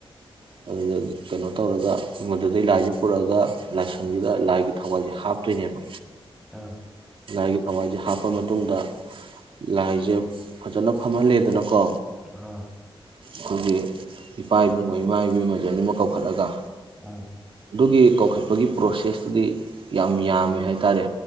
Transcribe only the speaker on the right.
ꯑꯗꯨꯗꯒꯤ ꯀꯩꯅꯣ ꯇꯧꯔꯒ ꯃꯗꯨꯗꯩ ꯂꯥꯏꯁꯦ ꯄꯨꯔꯛꯑꯒ ꯂꯥꯏꯁꯪꯁꯤꯗ ꯂꯥꯏꯒꯤ ꯊꯋꯥꯏꯁꯦ ꯍꯥꯞꯇꯣꯏꯅꯦꯕ
ꯂꯥꯏꯒꯤ ꯊꯋꯥꯏꯁꯦ ꯍꯥꯞꯄ ꯃꯇꯨꯡꯗ ꯂꯥꯏꯁꯦ ꯐꯖꯅ ꯐꯝꯍꯜꯂꯦꯗꯅꯀꯣ
ꯑꯩꯈꯣꯏꯒꯤ ꯏꯄꯥ ꯏꯕꯨꯡꯉꯣ ꯏꯃꯥ ꯏꯕꯦꯝꯃꯖꯦ ꯑꯅꯤꯃꯛ ꯀꯧꯈꯠꯂꯒ
ꯑꯗꯨꯒꯤ ꯀꯧꯈꯠꯄꯒꯤ ꯄ꯭ꯔꯣꯁꯦꯁꯇꯨꯗꯤ ꯌꯥꯝ ꯌꯥꯝꯃꯤ ꯍꯥꯏꯇꯥꯔꯦ